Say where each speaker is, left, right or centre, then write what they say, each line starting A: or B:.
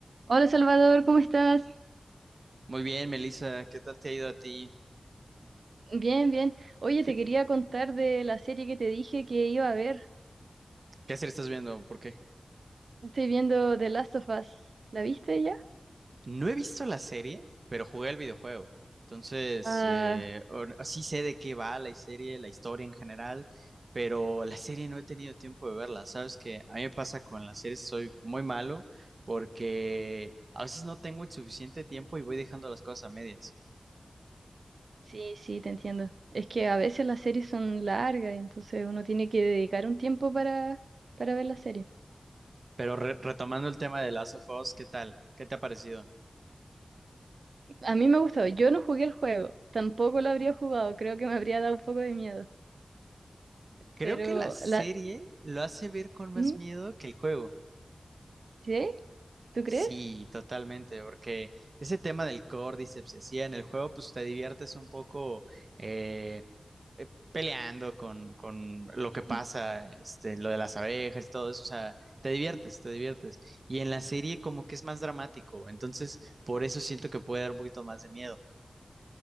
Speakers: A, on the right; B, on the right.
A: Hola Salvador, ¿cómo estás?
B: Muy bien, Melissa, ¿qué tal te ha ido a ti?
A: Bien, bien. Oye,
B: Fi-
A: te quería contar de la serie que te dije que iba a ver.
B: ¿Qué serie estás viendo? ¿Por qué?
A: Estoy viendo The Last of Us. ¿La viste ya?
B: No he visto la serie, pero jugué el videojuego. Entonces,
A: Ah,
B: eh, or- sí sé de qué va la serie, la historia en general, pero la serie no he tenido tiempo de verla. Sabes que a mí me pasa con las series, soy muy malo porque a veces no tengo el suficiente tiempo y voy dejando las cosas a medias.
A: sí, sí, te entiendo. Es que a veces las series son largas y entonces uno tiene que dedicar un tiempo para, para ver la serie.
B: Pero re- retomando el tema de Last of Us, ¿qué tal? ¿Qué te ha parecido?
A: A mí me ha gustado. Yo no jugué el juego, tampoco lo habría jugado. Creo que me habría dado un poco de miedo.
B: Creo
A: Pero
B: que la serie
A: la...
B: lo hace ver con más
A: ¿Mm?
B: miedo que el juego.
A: ¿Sí? ¿Tú crees?
B: Sí, totalmente, porque ese tema del Cordyceps y así en el juego, pues te diviertes un poco eh, eh, peleando con, con lo
A: <clears throat>
B: que pasa, este, lo de las abejas y todo eso, o sea, te diviertes, te diviertes. Y en la serie como que es más dramático, entonces por eso siento que puede dar un poquito más de miedo.